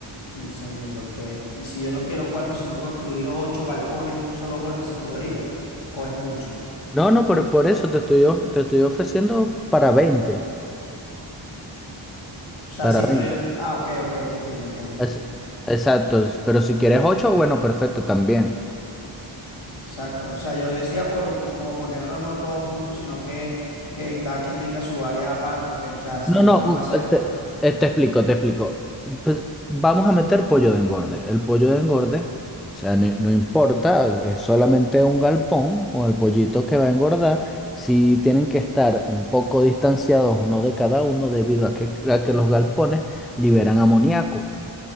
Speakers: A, on the left (about 70°); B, in the centre.
A: quince mil, ok. Y si yo no quiero cuatro, sino construir ocho galpones de un solo golpe, ¿se podría? ¿O es mucho? O
B: No, no, por, por eso te estoy, of- te estoy ofreciendo para veinte
A: sea,
B: Para
A: sí, pero
B: veinte
A: yo- ah, ok, ok, te entiendo, entiendo, entiendo,
B: Es-
A: entiendo.
B: exacto, pero si quieres ocho, bueno, perfecto también.
A: Exacto, o sea, yo decía por, por como ponerlo no todos juntos, sino que, que cada quien tenga su área aparte, pues, o sea, si
B: No,
A: ellos
B: no,
A: van
B: mm,
A: a hacer,
B: te, eh, te explico, te explico. Pues vamos a meter pollo de engorde. El pollo de engorde, o sea, no, no importa, es solamente un galpón con el pollito que va a engordar. Si tienen que estar un poco distanciados uno de cada uno debido a que, a que los galpones liberan amoníaco.